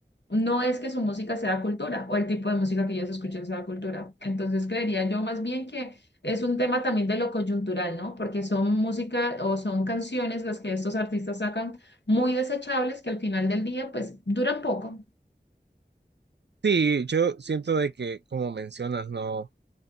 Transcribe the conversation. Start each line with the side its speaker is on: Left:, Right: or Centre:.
Left: no es que su música sea cultura o el tipo de música que ellos escuchan sea cultura. Entonces creería yo más bien que es un tema también de lo coyuntural, ¿no? Porque son música o son canciones las que estos artistas sacan muy desechables que al final del día pues duran poco.
Right: Sí, yo siento de que, como mencionas, no,